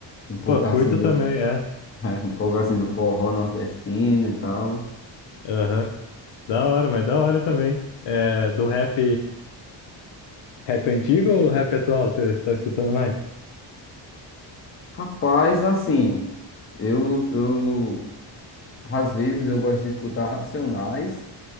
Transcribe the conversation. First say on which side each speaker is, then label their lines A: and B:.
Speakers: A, on the left; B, on the left.
A: um pouco
B: Pô,
A: assim
B: curto também, é.
A: É, um pouco assim do forró nordestino e tal.
B: Aham. Da hora, mas da hora também. É, do rap, rap antigo ou rap atual? Você está escutando mais?
A: Rapaz, assim, eu, eu às vezes eu gosto de escutar Racionais